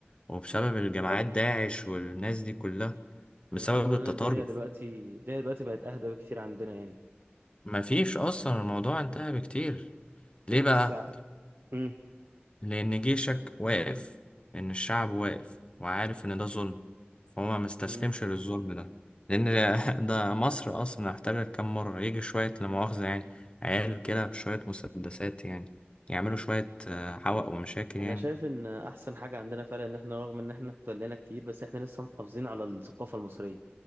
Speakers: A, on the left; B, on the right.
A: وبسبب الجماعات داعش والناس دي كلها بسبب
B: الحمد لله
A: التطرف
B: إن الدنيا دلوقتي الدنيا دلوقتي بقت اهدى بكتير عندنا يعني
A: مفيش أصلا الموضوع انتهى بكتير ليه بقى؟
B: بس امم
A: لأن جيشك واقف إن الشعب واقف وعارف إن ده ظلم فهو ما مستسلمش
B: امم
A: للظلم ده لأن <laughs> ده مصر أصلا احتلت كام مرة يجي شوية لا مؤاخذة يعني عيال كده بشوية مسدسات يعني يعملوا
B: مم.
A: شوية آه، حوق ومشاكل
B: انا
A: يعني
B: شايف ان احسن حاجه عندنا فعلا ان احنا رغم ان احنا اتولينا كتير بس احنا لسه محافظين على الثقافه المصريه يعني